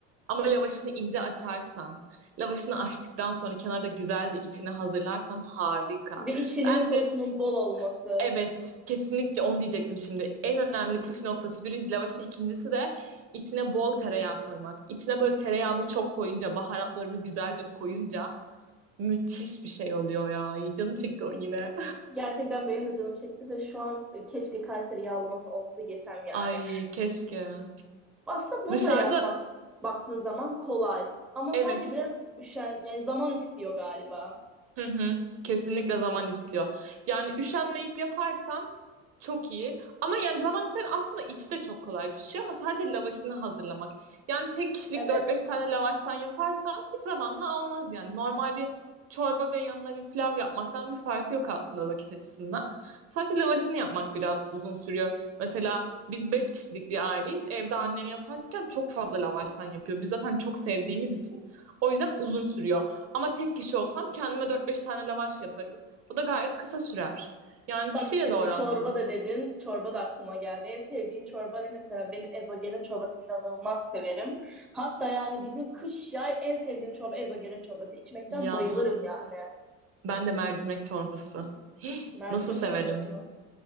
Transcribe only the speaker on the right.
Ama lavaşını ince açarsan, lavaşını açtıktan sonra kenarda güzelce içine hazırlarsan harika.
Bence
Evet, kesinlikle onu diyecektim şimdi. En önemli püf noktası birinci lavaşın, ikincisi de içine bol tereyağı koymak. İçine böyle tereyağını çok koyunca, baharatlarını güzelce koyunca müthiş bir şey oluyor ya. Ay, canım çekti o yine.
<laughs> Ay keşke.
Dışarıda
evet
Hı hı. Kesinlikle zaman istiyor. Yani üşenmeyip yaparsan çok iyi. Ama yani zaman senin aslında içi de çok kolay pişiyor ama sadece lavaşını hazırlamak. Yani tek kişilik
dört beş tane lavaştan yaparsan hiç zamanını almaz yani. Normal bir çorba ve yanına bir pilav yapmaktan bir farkı yok aslında vakit açısından. Sadece lavaşını yapmak biraz uzun sürüyor. Mesela biz 5 kişilik bir aileyiz. Evde annem yaparken çok fazla lavaştan yapıyor. Biz zaten çok sevdiğimiz için. O yüzden uzun sürüyor. Ama tek kişi olsam kendime dört beş tane lavaş yaparım. O da gayet kısa sürer. Yani kişiyle
de orantılı.
Ya
ben de mercimek çorbası.
Nasıl severim?